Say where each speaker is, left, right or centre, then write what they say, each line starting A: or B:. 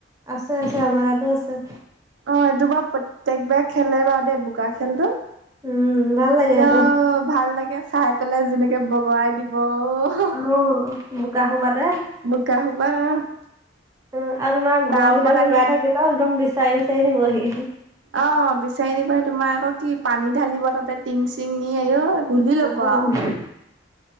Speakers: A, on the right; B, on the right.
A: আছে আছে আমাৰা তাতো আছে
B: অ' এইটো বাৰু প্ৰত্যেকবাৰে খেলে বাৰু দেই বোকা খেলটো
A: উম ভাল লাগে
B: ইঅ
A: সেইটো
B: ভাল লাগে চাই পেলাই যেনেকে বগুৱাই দিব অ
A: অ বোকা খোপা তে
B: বোকা সোপা অ
A: উম আৰু তোমাৰ ঘৰৰ
B: তাৰ ওপৰত
A: ভিতৰত
B: আহি
A: সোমাই থাকিবা একদম বিচাৰি বিচাৰি নিবহি।
B: অ বিচাৰি নিব তোমাৰ আকৌ কি পানী ঢালিব তাত। ত টিং চিং নি আঐ ঘূলি লবা
A: অ',
B: আও